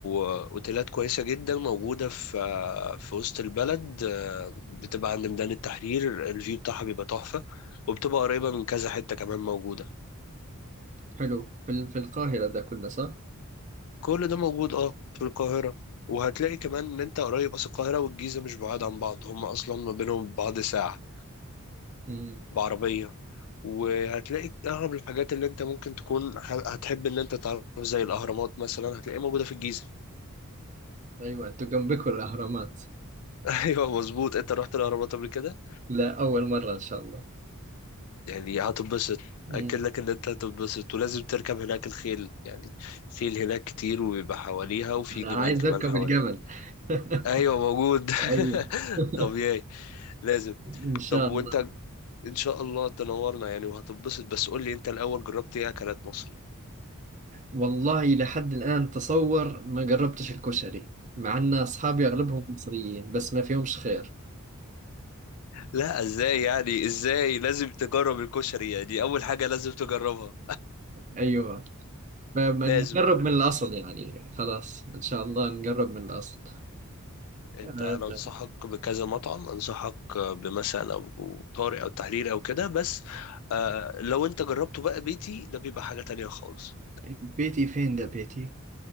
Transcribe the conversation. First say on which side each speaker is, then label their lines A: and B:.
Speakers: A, on the left; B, on the right.
A: آه، اوتيلات كويسة جدا موجودة في آه، في وسط البلد آه، بتبقى عند ميدان التحرير الفيو بتاعها بيبقى تحفة وبتبقى قريبة من كذا حتة كمان موجودة
B: حلو في, ال- في القاهرة ده كله صح؟
A: كل ده موجود اه في القاهرة وهتلاقي كمان ان انت قريب اصل القاهرة والجيزة مش بعاد عن بعض هم اصلا ما بينهم بعض ساعة
B: مم.
A: بعربية وهتلاقي اغلب الحاجات اللي انت ممكن تكون ح- هتحب ان انت تعرف زي الاهرامات مثلا هتلاقيها موجودة في الجيزة
B: أيوة أنتوا جنبكم الأهرامات
A: <laughs> ايوه مظبوط انت رحت الاهرامات قبل كده
B: لا أول مرة إن شاء الله
A: يعني هتنبسط
B: مم.
A: اكد لك ان انت هتنبسط ولازم تركب هناك الخيل يعني خيل هناك كتير وبيبقى حواليها وفي
B: أنا
A: جمال
B: عايز
A: كمان
B: أركب
A: حواليها
B: الجمل <laughs>
A: ايوه موجود
B: ايوه
A: <laughs>
B: <laughs>
A: طبيعي لازم
B: ان شاء
A: طب وانت
B: الله
A: ان شاء الله تنورنا يعني وهتنبسط بس قول لي انت الاول جربت ايه اكلات مصري
B: والله لحد الان تصور ما جربتش الكشري مع ان اصحابي اغلبهم مصريين بس ما فيهمش خير
A: لا ازاي يعني ازاي لازم تجرب الكشري يعني اول حاجة لازم تجربها
B: ايوه فبنجرب
A: لازم
B: من الاصل يعني خلاص ان شاء الله نجرب من الاصل
A: انت
B: آه،
A: انا انصحك بكذا مطعم انصحك بمثلا ابو طارق او تحرير او كده بس آه لو انت جربته بقى بيتي ده بيبقى حاجة تانية خالص
B: بيتي فين ده بيتي؟